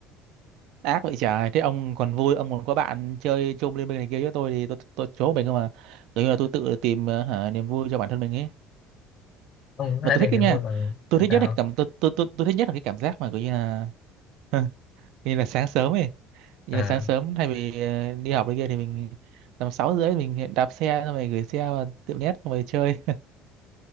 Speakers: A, on the right (about 70°); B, on the left (about 40°).
A: ác vậy trời thế ông còn vui ông còn có bạn chơi chung liên minh này kia với tôi thì tôi tôi trốn mình không mà kiểu như là tôi tự tìm ờ, hả, niềm vui cho bản thân mình ấy
B: ông có
A: mà
B: thể
A: tôi
B: tìm
A: thích đấy
B: niềm
A: nha
B: vui bằng
A: tôi thích
B: sao
A: nhất là cái cảm tôi tôi tôi, tôi thích nhất là cái cảm giác mà kiểu như là <laughs> như là sáng sớm ấy như
B: à
A: là sáng sớm thay vì ờ, đi học này kia thì mình tầm sáu rưỡi mình đạp xe xong rồi gửi xe vào tiệm net xong rồi chơi